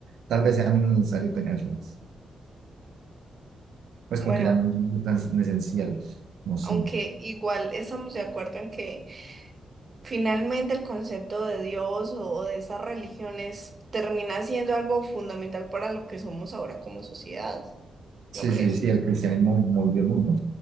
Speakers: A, on the right; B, on the right.
A: tal vez sea menos necesario tenerlas. Pues
B: Bueno,
A: como que ya no es tan esencial. No sé.
B: aunque igual estamos de acuerdo en que Finalmente, el concepto de Dios o, o de estas religiones termina siendo algo fundamental para lo que somos ahora como sociedad,
A: Sí,
B: ¿no crees?
A: sí, sí, el cristianismo movió el mundo.